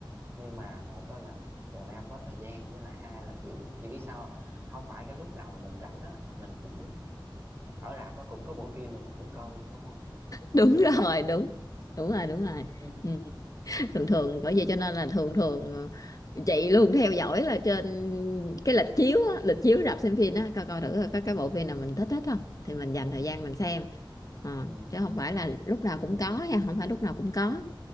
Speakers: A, on the right; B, on the left.
A: nhưng mà một á là gần đây em có thời gian với lại hai là kiểu chị biết sao không không phải cái lúc nào mà mình rảnh á mình cũng ở rạp nó cũng có bộ phim mà mình muốn coi đúng không
B: đúng
A: nó cũng tùy
B: rồi
A: lúc
B: đúng đúng rồi đúng rồi
A: <laughs>
B: ừ. thường thường bởi vậy cho nên là thường thường ờ, chị luôn theo dõi là trên cái lịch chiếu á, lịch chiếu rạp xem phim á coi coi thử coi có cái bộ phim nào mình thích hết không thì mình dành thời gian mình xem Ờ,
A: ừ
B: chứ không phải là lúc nào cũng
A: ừ
B: có nha không phải lúc nào cũng có